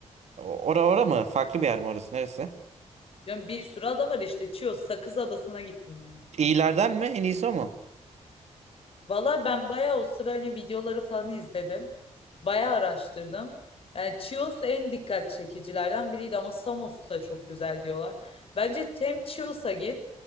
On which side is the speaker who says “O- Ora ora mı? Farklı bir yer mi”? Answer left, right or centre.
Right